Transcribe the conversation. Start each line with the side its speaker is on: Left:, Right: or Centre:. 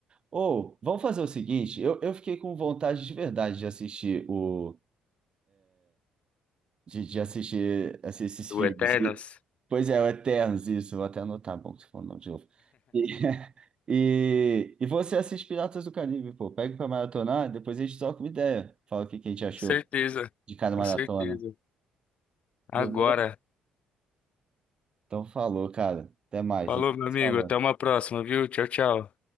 Right: Ou, vamos fazer o seguinte, eu, eu fiquei com vontade de verdade de assistir o. De, de assistir, assi- esses
Left: Do
Right: filmes.
Left: Eternos?
Right: E- pois é, o Eternos, isso, vou até anotar, bom, que você falou o nome de novo. E, <laughs> e, e você assiste Piratas do Caribe, pô, pega pra maratonar, depois a gente troca uma ideia. Fala o que, que a gente achou
Left: Com certeza,
Right: de cada
Left: com
Right: maratona.
Left: certeza. Agora.
Right: Demorou? Então falou, cara. Até mais,
Left: Falou,
Right: a gente
Left: meu
Right: se
Left: amigo.
Right: falando.
Left: Até uma próxima, viu? Tchau, tchau.